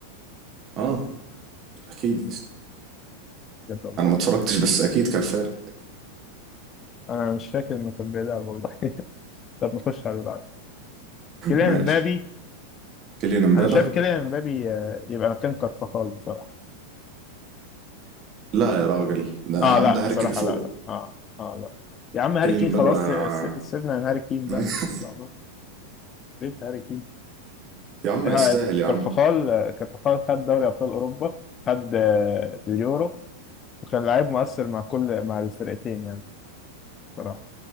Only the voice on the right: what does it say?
اه اكيد يا اسطى.
انا ما اتفرجتش بس اكيد كان فارق
ماشي
كيليان امبابا
لا يا راجل ده يا
عم ده
هاري كين فوق
كيليان
امبابا
<laughs>
يا عم
يستاهل يا عم